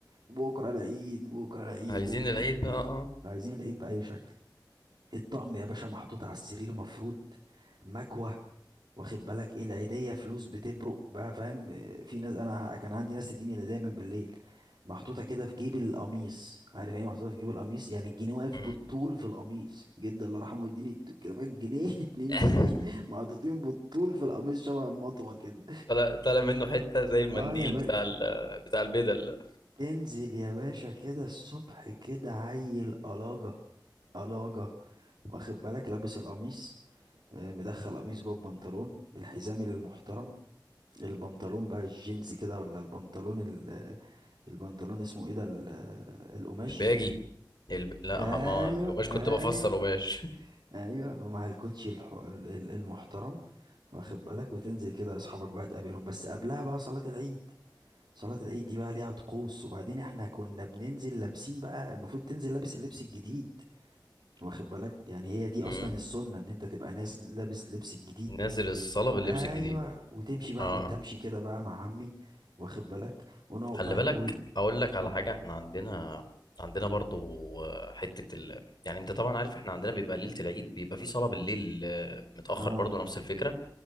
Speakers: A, on the right; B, on the left.
A: بكره العيد بكره العيد
B: عايزين
A: بكره العيد.
B: العيد بقى اه
A: عايزين العيد باي شكل الطقم يا باشا محطوط على السرير مفروض مكوه واخد بالك ايه العيدية فلوس بتبرق بقى فاهم آه، في ناس انا كان عندي ناس تديني العيدية من بالليل محطوطة كده في جيب القميص عارف يعني ايه محطوطة في جيب القميص يعني الجنيه واقف
B: مم.
A: بالطول في القميص جدا الله يرحمه يديني الت- كده بقى جنيه <laughs> اتنين
B: <laughs>
A: جنيه محطوطين بالطول في القميص شبه المطوة كده
B: طلع طلع منه حته زي المنديل
A: اه يا باشا
B: بتاع ال... بتاع البدل
A: تنزل يا باشا كده الصبح كده عيل قلاجة قلاجة واخد بالك لابس القميص آه، مدخل قميص جوه البنطلون الحزام المحترم البنطلون بقى الجينز كده ولا البنطلون ال... البنطلون اسمه ايه ده ال- القماش
B: الباجي الب... لا
A: ايوه
B: ما القماش
A: ايوه
B: كنت بفصل قماش
A: ايوه ومع الكوتشي الح... ال- ال- المحترم واخد بالك وتنزل كده اصحابك بقى تقابلهم بس قبلها بقى صلاة العيد صلاة العيد دي بقى ليها طقوس وبعدين احنا كنا بننزل لابسين بقى المفروض تنزل لابس اللبس الجديد واخد بالك يعني هي دي
B: <laughs>
A: اصلا
B: مم.
A: السنة ان انت تبقى ناس لابس لبس الجديد
B: نازل الصاله باللبس
A: ايوه
B: الجديد
A: وتمشي بقى
B: اه
A: كنت امشي كده بقى مع عمي واخد بالك ونقعد
B: خلي
A: بقى
B: بالك
A: نقول
B: اقول لك على
A: اه
B: حاجه احنا عندنا عندنا برضو آه، حته ال... يعني انت طبعا عارف احنا عندنا بيبقى ليله العيد بيبقى في صلاه بالليل آه، متاخر
A: اه
B: برضو نفس الفكره